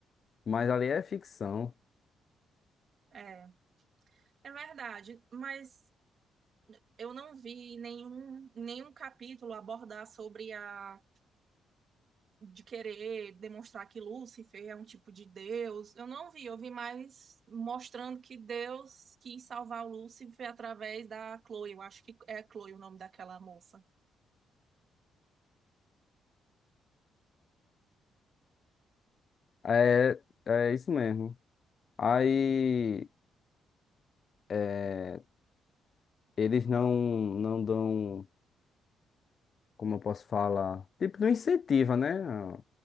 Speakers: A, on the left (about 45°); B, on the right (about 55°).
A: Mas ali é ficção.
B: É, é verdade, mas eu não vi nenhum, nenhum capítulo abordar sobre a de querer demonstrar que Lúcifer é um tipo de Deus. Eu não vi, eu vi mais mostrando que Deus quis salvar o Lúcifer através da Chloe. Eu acho que é Chloe o nome daquela moça.
A: É, é isso mesmo. Aí. é, eles não, não dão, como eu posso falar, tipo, não incentiva, né? a-